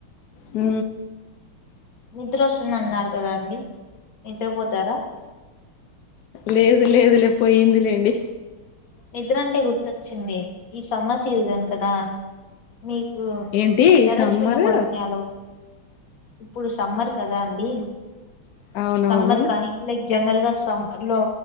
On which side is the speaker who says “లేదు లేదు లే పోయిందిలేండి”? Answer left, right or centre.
Left